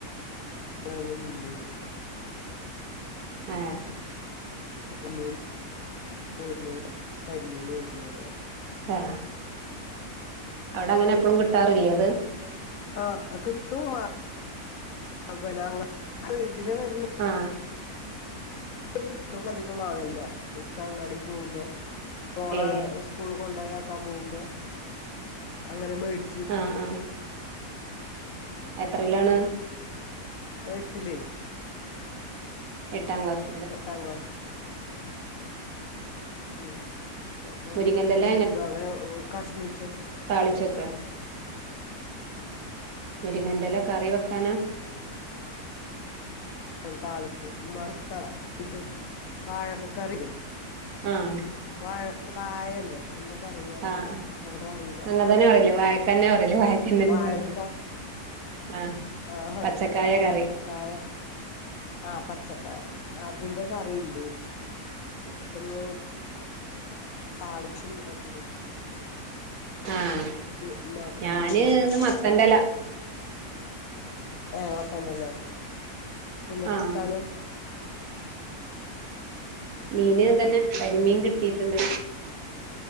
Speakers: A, on the left (about 65°); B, on the right (about 65°).
A: താണ് നല്ലരുന്നു
B: ഏഹ്
A: അപ്പൊ മീൻരുന്നു കരിമീനെരുന്നുന്ന് പറഞ്ഞേ
B: ക അവിടെങ്ങനെ എപ്പോളും കിട്ടാറില്ലേ അത്
A: ആഹ് കിട്ടും മ പിന്നെ അങ്ങ് ഇതില വരുന്ന
B: ആഹ്
A: കിട്ടും അധികം വാങ്ങല്ല ഇക്ക അങ്ങാടി പോവുമ്പ മോളെ
B: ഏഹ്
A: സു സ്കൂൾ കൊണ്ടായാക്കാ പോകുമ്പോ അങ്ങനെ മേടി
B: ആഹ് ആഹ് എത്രിലാണ്
A: അയട്ടിലെ
B: എട്ടാം ക്ലാസ്
A: എട്ടാം ക്ലാസ് ഉം അപ്പൊ അങ്ങനെ
B: മുരിങ്ങന്റെല
A: മേടച്ച് വരുമ്പോ അവ കഷ്ണിച്ചൊക്കെ
B: താളിചക്കെ മുരിങ്ങന്റല കറി വക്കാനാ
A: ഉം താളിക്ക് മ്മാക്ക്ഷ്ടതാ ഇത് വാഴക്കകറിണ്ട്
B: ആ ഹ്
A: വഴകായല്ലേ എന്താ പറയാങ്ങളാ
B: ആഹ്
A: അവിടെറിയല
B: അങ്ങൻ തന്നെ പറയല് വായക്കന്നെ പറയല് വായക്കന്നന്നെ
A: വാഴക്ക
B: പറയല് ആഹ്
A: ആഹ
B: പച്ചക്കായ
A: നേന്ത്ര...
B: കറി
A: ക്കായ ആ പച്ചക്കായ അതിന്റെ കറിണ്ട്. അപ്പങ്ങി തളിച്ചും ണ്ടാക്കീണ്
B: ആഹ്
A: ഓര്ക്ക് ഉമാക്ക് ഇഷ്ടം
B: ഞാന്
A: നല്ല
B: ഇന്ന്
A: ഇഷ്ടന്ന്
B: മത്തന്റെല
A: ഏഹ മത്തന്റലെ പിന്നെ
B: ആഹ്
A: കൂട്ടാനോ
B: മീന് തെന്നെ കരിമീൻ കിട്ടീയിട്ട്ണ്ട്